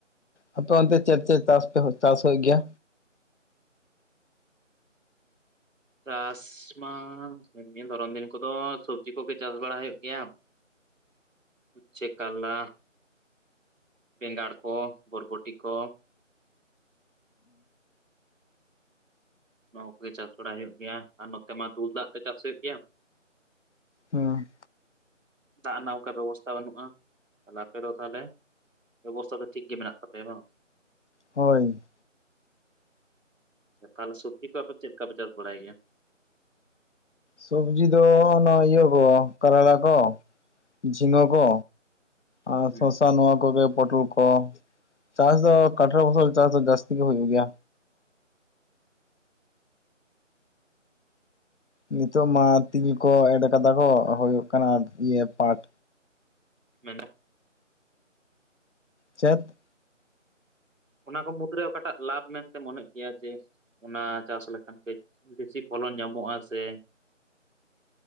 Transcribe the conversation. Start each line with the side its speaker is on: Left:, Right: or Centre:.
Left: ᱟᱯᱮ ᱚᱱᱛᱮ ᱪᱮᱫ ᱪᱮᱫ ᱪᱟᱥ ᱯᱮ ᱪᱟᱥ ᱦᱩᱭᱩᱜ ᱜᱮᱭᱟ?
Right: ᱪᱟᱥ ᱢᱟ ᱱᱤᱭᱟᱹ ᱫᱷᱚᱨᱚᱱ ᱫᱤᱱ ᱠᱚᱫᱚ ᱥᱚᱵᱽᱡᱤ ᱠᱚᱜᱮ ᱪᱟᱥ ᱵᱟᱲᱟ ᱦᱩᱭᱩᱜ ᱜᱮᱭᱟᱢ᱾ ᱦᱚᱪᱪᱷᱮ ᱠᱟᱨᱞᱟ᱾ ᱵᱮᱸᱜᱟᱲ ᱠᱚ ᱵᱷᱚᱨᱵᱚᱴᱤ ᱠᱚ᱾ ᱱᱚᱣᱟ ᱠᱚᱜᱮ ᱪᱟᱥ ᱵᱟᱲᱟ ᱦᱩᱭᱩᱜ ᱜᱮᱭᱟ ᱟᱨ ᱱᱚᱛᱮ ᱢᱟ ᱫᱩᱞ ᱫᱟᱜ ᱛᱮ ᱪᱟᱥ ᱦᱩᱭᱩᱜ ᱜᱮᱭᱟ᱾
Left: ᱦᱩᱸ
Right: ᱫᱟᱜ ᱨᱮᱱᱟᱜ ᱚᱱᱠᱟ ᱵᱮᱵᱚᱥᱛᱷᱟ ᱵᱟᱹᱱᱩᱜ-ᱟ ᱟᱯᱮ ᱫᱚ ᱛᱟᱦᱚᱞᱮ ᱵᱮᱵᱚᱥᱛᱷᱟ ᱫᱚ ᱴᱷᱤᱠ ᱜᱮ ᱢᱮᱱᱟᱜ ᱛᱟᱯᱮᱭᱟ ᱵᱟᱝ?
Left: ᱦᱳᱭ
Right: ᱮᱠᱷᱟᱞ ᱥᱚᱵᱡᱤ ᱠᱚ ᱟᱯᱮ ᱫᱚ ᱪᱮᱫᱞᱮᱠᱟ ᱯᱮ ᱪᱟᱥ ᱵᱟᱲᱟᱭ ᱜᱮᱭᱟ?
Left: ᱥᱚᱵᱡᱤ ᱫᱚ ᱚᱱᱟ ᱤᱭᱟᱹ ᱠᱚ ᱠᱟᱨᱞᱟ ᱠᱚ᱾ ᱡᱷᱤᱸᱜᱟᱹ ᱠᱚ ᱟᱨ
Right: ᱦᱩᱸ
Left: ᱥᱚᱨᱥᱟ ᱱᱚᱣᱟ ᱠᱚᱜᱮ ᱯᱚᱴᱚᱞ ᱾ ᱛᱟ ᱪᱟᱥ ᱫᱚ ᱠᱟᱴᱚᱨ ᱯᱷᱚᱥᱚᱞ ᱪᱟᱥ ᱫᱚ ᱡᱟᱹᱥᱛᱤ ᱜᱮ ᱦᱩᱭᱩᱜ ᱜᱮᱭᱟ ᱱᱤᱛᱚᱜ ᱢᱟ ᱛᱤᱞ ᱠᱚ ᱮᱰ ᱠᱟᱫᱟ ᱦᱩᱭᱩᱜ ᱠᱟᱱᱟ ᱤᱭᱟᱹ ᱯᱟᱴ
Right: ᱢᱮᱱᱟᱜ
Left: ᱪᱮᱫ
Right: ᱚᱱᱟ ᱠᱚ ᱢᱩᱫᱽᱨᱮ ᱚᱠᱟᱴᱟᱜ ᱞᱟᱵᱷ ᱢᱮᱱᱛᱮ ᱢᱚᱱᱮᱜ ᱜᱮᱭᱟ ᱡᱮ? ᱚᱱᱟ ᱪᱟᱥ ᱞᱮᱠᱷᱟᱱ ᱠᱟᱹᱡ ᱵᱮᱥᱤ ᱯᱷᱚᱞᱚ ᱧᱟᱢᱚᱜᱼᱟ ᱥᱮ